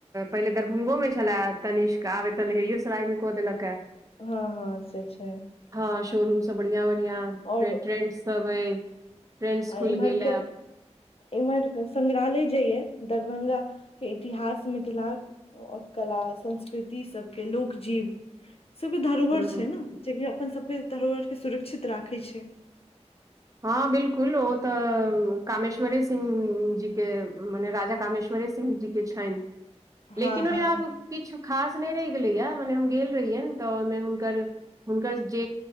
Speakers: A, on the right (about 30°); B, on the left (about 55°).
A: पहिले दरभंगोमे छला तनिष्क आब एतऽ लहेरियोसरायमे कऽ देलक आ।
B: हँ हँ से छै।
A: हँ शोरूम सब बढ़ियाँ बढियाँ
B: और
A: फेर ट्रेंड सब अय। ट्रेंड्स
B: आ,
A: खुइल
B: इम्हर
A: गेल आ।
B: के इम्हर के संग्रहालय जे या दरभंगाके इतिहास मिथिलाक और कला संस्कृति सभके लोक जीव सबके धरोहर
A: हूँ
B: छै ने जेकि अपन सबके धरोहर के सुरक्षित राखेय छै।
A: हँ बिल्कुल ओ तऽ कामेश्वरे सिंह जी के मने राजा कामेश्वरे सिंह जी के छैन लेकिन
B: हँ
A: ओहि
B: हँ
A: आब किछु खास नहि रहि गेलैया मने हम गेल रहियनि तऽ ओहिमे हुनकर हुनकर जे